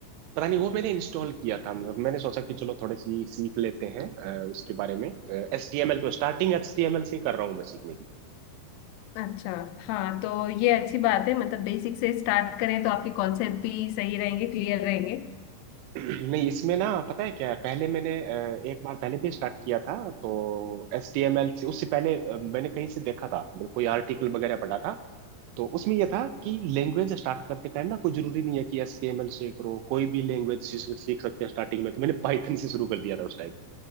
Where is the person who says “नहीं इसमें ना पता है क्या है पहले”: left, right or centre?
Right